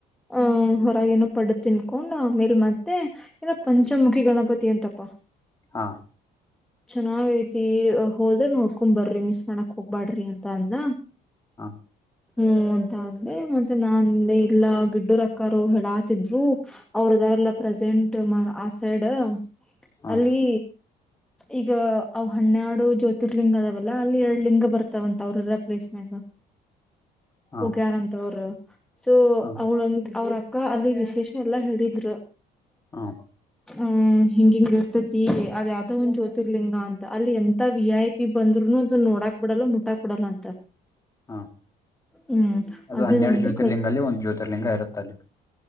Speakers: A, in the centre; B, on the left (about 20°).
A: ಅ ಹೊರಗೇನೊ ಪಡ್ಡ ತಿನ್ಕೊಂಡ್ ಆಮೇಲೆ ಮತ್ತೆ ಏನ ಪಂಚಮುಖಿ ಗಣಪತಿ ಅಂತಪ್ಪಾ
B: ಹಾ
A: ಚೆನ್ನಾಗ ಐತಿ ಹೋದ್ರೆ ನೋಡ್ಕೊಂಡ್ ಬರ್ರಿ ಮಿಸ್ ಮಾಡಕ್ ಹೋಗ್ ಬ್ಯಾಡ್ರಿ ಅಂತ ಅಂದಲ್
B: ಹಾ
A: ಹು ಅಂತ ಅಂದೆ ಮತ್ತೆ ನಾ ಅಂದೆ ಇಲ್ಲಾ ಗಿಡ್ಡ ರಕ್ಕರು ಹೆಳಾತಿದ್ರು ಅವ್ರದಾರಲ್ಲ ಪ್ರೆಸೆಂಟ್ ಮ ಆ ಸೈಡ್
B: ಹಾ
A: ಅಲ್ಲಿ ಈಗ ಅವ ಹನೇಡು ಜ್ಯೋತಿರ್ಲಿಂಗ ಅದಾವಲ್ಲಾ ಅಲ್ಲಿ ಎರಡ್ ಲಿಂಗ ಬರ್ತಾವಂತ ಅವ್ರ ಇರೋ ಪ್ಲೇಸ್ ನಾಗ
B: ಹಾ
A: ಹೋಗ್ಯಾರಂತ ಅವರು ಸೊ
B: ಹಾ
A: ಅವಳಂತ ಅವ್ರ ಅಕ್ಕಾ ಅಲ್ಲಿ ವಿಶೇಷ ಎಲ್ಲಾ ಹೇಳಿದ್ರ
B: ಹಾ
A: ಹುಂ ಹಿಂಗ ಹಿಂಗ ಇರ್ತೈತಿ ಅದ ಯಾವ್ದೋ ಒಂದು ಜ್ಯೋತಿರ್ಲಿಂಗ ಅಂತ ಅಲ್ಲಿ ಎಂತಾ ವಿ ಐ ಪಿ ಬಂದ್ರುನು ಅದು ನೋಡಾಕ್ ಬಿಡಲ್ಲ ಮುಟ್ಟಾಕ್ ಬಿಡಲ್ಲ ಅಂತ
B: ಹಾ
A: ಹ್ಮ್
B: ಅದು
A: ಅದನ್ನ
B: ಹನ್ನೆರಡು
A: ಅಂದ್ರು
B: ಜ್ಯೋತಿರ್ಲಿಂಗ
A: ಕರೆಕ್ಟ್
B: ಅಲ್ಲಿ ಒಂದು ಜ್ಯೋತಿರ್ಲಿಂಗ ಇರುತ್ತ ಅಲ್ಲಿ